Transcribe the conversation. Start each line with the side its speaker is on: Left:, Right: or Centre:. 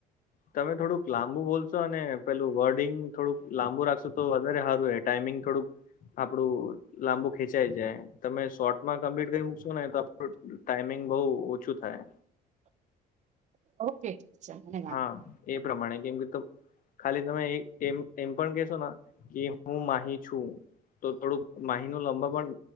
Left: તમે થોડુંક લાંબુ બોલશો અને પેલું વર્ડિંગ થોડુંક લાંબુ રાખશો તો વધારે સારું એ ટાઈમિંગ થોડુંક આપડું લાંબુ ખેંચાઈ જાય તમે શોર્ટમાં કમ્પ્લીટ કરી મૂકશો ને તો આપણું ટાઈમિંગ બહુ ઓછું થાય
Right: ઓકે ટચ ધન્યવાદ
Left: હા
Right: <unintelligible>
Left: એ પ્રમાણે કેમ કે તો ખાલી તમે એ એમ પણ કેહેશો કે હું માહી છું તો થોડુંક માહી નુ લાબા પણ